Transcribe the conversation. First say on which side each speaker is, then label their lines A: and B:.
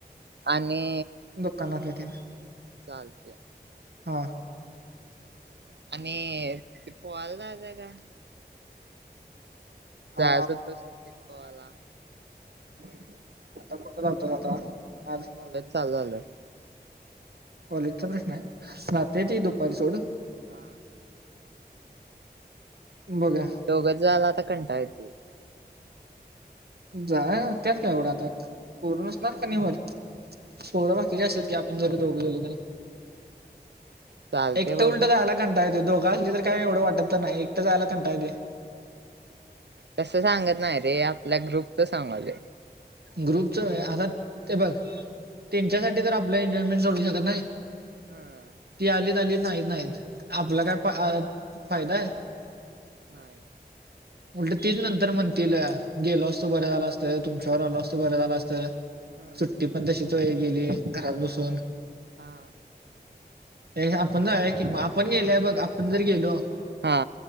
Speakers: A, on the right; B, on the right.
A: आणि
B: दुकानातले तेन
A: चालते
B: हा
A: आणि पल दज का
B: हा
A: जाज त शटकत पवाला
B: हम्म आता कुठे जाततोच आता आज
A: कॉलेज चालू झालंय
B: कॉलेजचा प्रश्न आहे ना ते त दुपारी सोड
A: हा
B: बघा
A: दोघच झाला आ घंटा यती
B: जा त्यात काय एवढं आता पोरं नसणार क निमर पोरं बाकीचे असत की आपण जरी दोघं झाेल तरी
A: चालते
B: एक
A: बघू
B: तर उलट जायला कंटा येत दोघ असली तर काय एवढं वाटत तर नाही एकट जायला कंटाय ते
A: तस सांगत नाही रे आपल्या ग्रुपच सांगालोय
B: ग्रुपच आता ते बघ त्यांच्यासाठी तर आपलं एन्जॉयमेंट सोडू शकत नाही
A: हम्म
B: ती आलीत आलीत नाही नाहीत आपलं
A: हा
B: काय फाय फायदा हाय
A: होय
B: उलट तीच नंतर म्हणतील गेलो असतो बरं झाला असतं तुमच्याबरोबर आलो असतो बरं झालं असतं
A: हम्म
B: सुट्टी पण तशीच होय गेली असती घरात बसून
A: हा
B: ते हे आपण जाऊया कि मग आपण गेल्यावर बघ आपण जर गेलो
A: हा